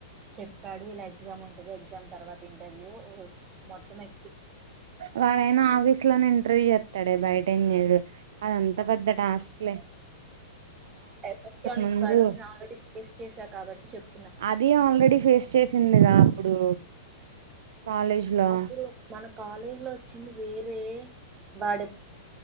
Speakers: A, on the right (about 25°); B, on the right (about 65°).
A: చెప్పాడు ఇలా ఎగ్జామ్ ఉంటది ఎగ్జామ్ తర్వాత ఇంటర్వ్యూ మొత్తం ఎ
B: వాడైనా ఆఫీస్ లోనే ఇంటర్వ్యూ చెస్తాడే బయట తెన్నేడు అదంత పెద్ద టాస్క్ లే
A: ఎలక్ట్రానిక్
B: ముందు
A: వాడు నేను ఆల్రెడీ స్టడీస్ చేశా కాబట్టి చెప్
B: అది ఆల్రెడీ ఫేస్ చేసిందిగా అప్పుడు కాలేజ్ లో
A: అప్పుడు మన కాలేజీ లో చింది వేరే బాడత్